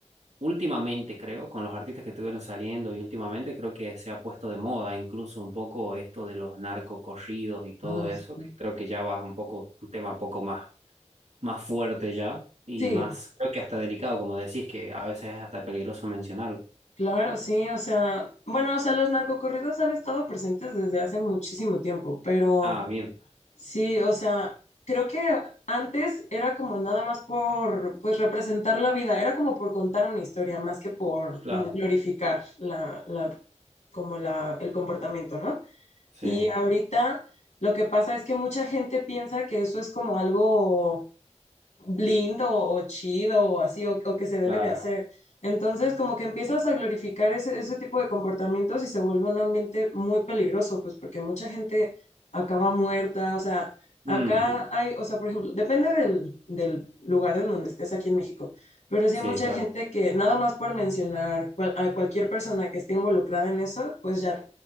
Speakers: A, on the right; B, on the left.
A: últimamente creo, con los artistas que estuvieron saliendo y últimamente creo que se ha puesto de moda incluso un poco esto de los narcocorridos y todo
B: Ay,
A: eso,
B: sí.
A: que creo que ya va un poco, un tema poco más, más fuerte ya y
B: Sí,
A: más, creo que hasta delicado, como decís, que a veces es hasta peligroso mencionarlo.
B: claro, sí, o sea, bueno, o sea, los narcocorridos han estado presentes desde hace muchísimo tiempo, pero...
A: Ah, bien,
B: Sí, o sea, creo que antes era como nada más por, pues, representar la vida, era como por contar una historia, más que por
A: claro,
B: mm, glorificar la, la, como la, el comportamiento, ¿no?
A: sí,
B: Y ahorita lo que pasa es que mucha gente piensa que eso es como algo lindo o chido o así, o, o que se debe
A: claro.
B: de hacer. Entonces, como que empiezas a glorificar ese, ese tipo de comportamientos y se vuelve un ambiente muy peligroso, pues porque mucha gente acaba muerta, o sea, acá
A: Mm,
B: hay, o sea, por ejemplo, depende del, del lugar en donde estés aquí en México, pero sí
A: sí,
B: hay mucha
A: claro.
B: Sí, gente que nada más por mencionar cual- a cualquier persona que esté involucrada en eso, pues ya,